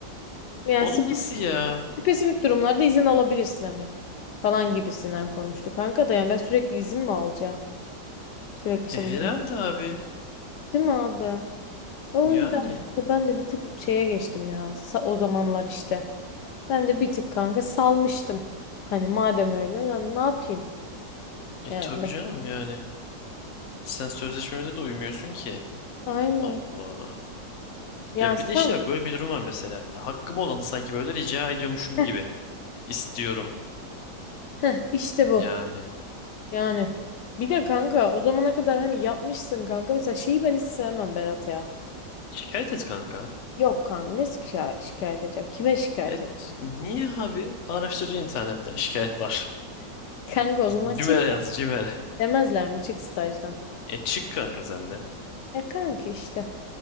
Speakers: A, on the left; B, on the left.
A: Yani
B: Oğlum
A: spesifik,
B: nasıl ya?
A: spesifik durumlarda izin alabilirsin hani falan gibisinden konuştuk kanka da yani ben sürekli izin mi alacağım? Sürekli işte
B: E herhalde
A: bugün
B: abi.
A: değil mi abi? O
B: Yani.
A: yüzden kanka ben de bir tık şeye geçtim ya sa- o zamanlar işte. Ben de bir tık kanka salmıştım. Hani madem öyle ben ne yapayım?
B: E
A: Yani
B: tabii
A: ben-
B: canım yani. Sen sözleşmemize de uymuyorsun ki.
A: Aynen.
B: Allah.
A: Yani
B: Ya bir de
A: tamam.
B: işte bak böyle bir durum var mesela. Hakkım olanı sanki böyle rica ediyormuşum
A: Heh,
B: gibi. İstiyorum.
A: heh, işte bu.
B: Yani.
A: Yani bir de kanka o zamana kadar hani yapmışsın kanka. Mesela şeyi ben hiç sevmem Berat ya.
B: Şikayet et kanka.
A: Yok kanka ne şikay- şikayet edeceğim? Kime şikayet
B: Evet
A: edeceğim?
B: niye abi? Araştırca internetten şikayet var.
A: Kanka
B: <laughs>
A: o zaman
B: Cimer'e
A: çık
B: yaz
A: ya.
B: Cimer'e.
A: Demezler mi çık stajdan?
B: E çık kanka sen de.
A: E kanki işte.